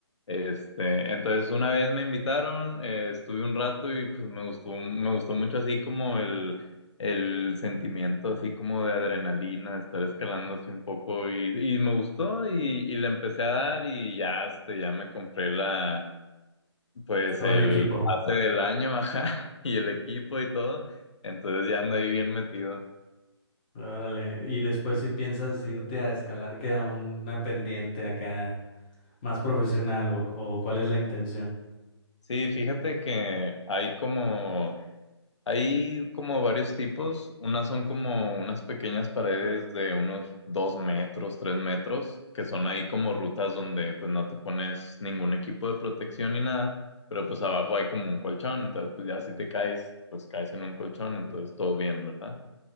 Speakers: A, on the left; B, on the left.
A: Este, entonces una vez me invitaron, eh, estuve un rato y pues me gustó, me gustó mucho así como el el sentimiento así como de adrenalina, de estar escalando así un poco y, y me gustó y, y le empecé a dar y ya, este, ya me compré la, pues
B: Todo
A: el
B: el equipo.
A: pase del año, <laughs> ajá, y el equipo y todo, entonces ya ando ahí bien metido.
B: Órale, y después si piensas irte a escalar que a una pendiente acá más profesional o, o cuál es la intención.
A: Sí, fíjate que hay como Hay como varios tipos. Unas son como unas pequeñas paredes de unos dos metros, tres metros, que son ahí como rutas donde pues no te pones ningún equipo de protección ni nada, pero pues abajo hay como un colchón, entonces pues ya si te caes, pues caes en un colchón,
B: Ya.
A: entonces todo bien, ¿verdad?